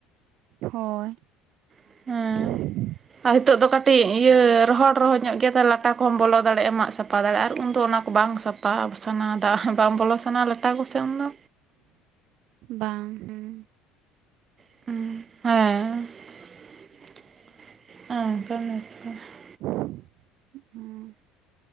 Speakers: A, on the right; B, on the right.
A: ᱦᱳᱭ,
B: ᱦᱮᱸ
A: <inaudible>
B: ᱟᱨ ᱦᱤᱛᱚᱜ ᱫᱚ ᱠᱟᱹᱴᱤᱡ ᱤᱭᱟᱹ ᱨᱚᱦᱚᱲ ᱨᱚᱦᱚᱲ ᱧᱚᱜ ᱜᱮᱭᱟ ᱛᱚ ᱞᱟᱴᱟ ᱠᱚᱦᱚᱢ ᱵᱚᱞ ᱫᱟᱲᱮᱜᱼᱟ᱾ ᱢᱟᱜ ᱥᱟᱯ, ᱥᱟᱯᱟ ᱫᱟᱲᱮᱜᱼᱟ ᱟᱨ ᱩᱱᱫᱚ ᱚᱱᱟ ᱠᱚ ᱵᱟᱝ ᱥᱟᱯᱷᱟ ᱥᱟᱱᱟ ᱫᱟᱜᱽ ᱵᱟᱝ ᱵᱚᱞᱚ ᱥᱟᱱᱟ ᱞᱟᱴᱟ ᱠᱚᱥᱮᱜ ᱩᱱ ᱫᱚ᱾
A: ᱵᱟᱝ ᱦᱩᱸ,
B: <unintelligible>
A: <unintelligible>